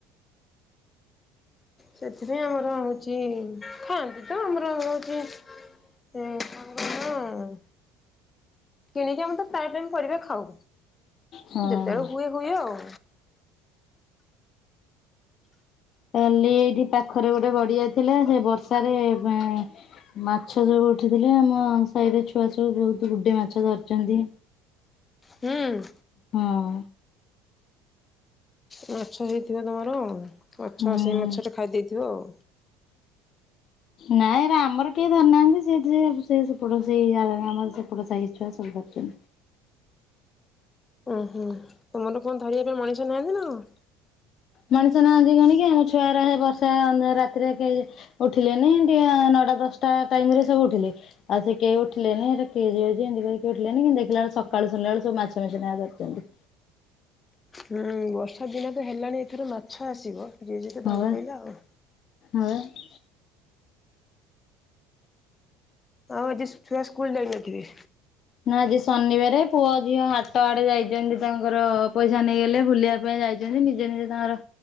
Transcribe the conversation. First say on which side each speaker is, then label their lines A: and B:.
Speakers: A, on the left (about 25°); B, on the left (about 45°).
A: ସେଥିପାଇଁ ଆମର ହଉଛି ଖାଆନ୍ତି ତ, ଆମର ହଉଚି ସେ କଣ କହିଲ? କିଣିକି ଆମେ ତ ପ୍ରାୟ ଟାଇମ୍ ପରିବା ଖାଉ।
B: ହଁ
A: ଯେତେବେଳେ ହୁଏ, ହୁଏ ଆଉ।
B: କାଲି ଏଇଠି ପାଖରେ ଗୋଟେ ଗଡିଆ ଥିଲା। ସେ ବର୍ଷାରେ ପା ମାଛ ସଵୁ ଉଠିଥିଲେ, ଆମ ସାହିରେ ଛୁଆ ସବୁ ବହୁତ ଗୁଡେ ମାଛ ଧରିଛନ୍ତି।
A: ହୁଁ।
B: ହଁ।
A: ମାଛ ହେଇଥିବ ତୋମର। ମାଛ
B: ହୁଁ।
A: ସେ ମାଛଟା ଖାଇ ଦେଇଥିବ ଆଉ।
B: ନାଇଁ, ଏରା ଆମର କେହି ଧରିନାହାନ୍ତି। ସେଇଥିରେ, ସେ ସେପଟ, ସେଇ ଆର ଆମର ସେପଟ ସାହି ଛୁଆ ସବୁ ଧରିଛନ୍ତି।
A: ଓହୋ, ତୋମର କଣ ଧରିବା ପାଇଁ ମଣିଷ ନାହାନ୍ତି ନା କଣ?
B: ମଣିଷ ନାହାନ୍ତି କଣ କି? ଆମ ଛୁଆ ଗୁରା ହେ ବର୍ଷା ଅନ୍ଧାର ରାତିରେ କେଇ ଉଠିଲେନି, ଟିକେ ନଅଟା, ଦଶଟା ଟାଇମ୍ ରେ ସବୁ ଉଠିଲେ। ଆଉ ସେ କେଇ ଉଠିଲେନି। ଏଟା କିଏ ଯିବ ଯେ, ଏମତି କହି କିଏ ଉଠିଲେନି। କିନ୍ତୁ ଦେଖିଲା ବେଳୁ, ସକାଳୁ ଶୁଣିଲାବେଳୁ ସବୁ ମାଛ ମେଞ୍ଚେ ନେଖା ଧରିଛନ୍ତି।
A: ହୁଁ, ବର୍ଷା ଦିନ ତ ହେଲାଣି, ଏଥର ମାଛ ଆସିବ। ଯିଏ ଯେତେ
B: ହଁ
A: ଧରି
B: ବା
A: ପାଇଲା ଆଉ।
B: ହଁ, ବା।
A: ଆଉ, ଆଜି ଛୁଆ ସ୍କୁଲ୍ ଯାଇନଥିବେ?
B: ନା ଆଜି ଶନିବାରେ, ପୁଅ ଝିଅ ହାଟ ଆଡେ ଯାଇଚନ୍ତି। ତାଙ୍କର ପଇସା ନେଇଗଲେ, ବୁଲିବା ପାଇଁ ଯାଇ ଚନ୍ତି, ନିଜେ ନିଜେ ତାଙ୍କର